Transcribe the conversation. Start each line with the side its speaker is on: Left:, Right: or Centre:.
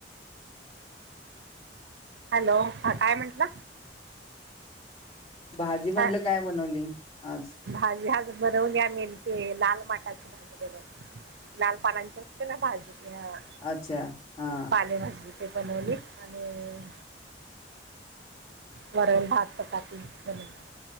Right: हॅलो, ह काय म्हंटला
Left: भाजी म्हणलं
Right: हा
Left: काय बनवली, आज
Right: भाजी आज बनवल्या आमी ती, लाल माटाची भाजी बनवली. लाल पानांची असते ना भाजी ती, अं
Left: अच्छा हा
Right: पालेभाजी ती बनवली आणि वरण भात चपाती बनव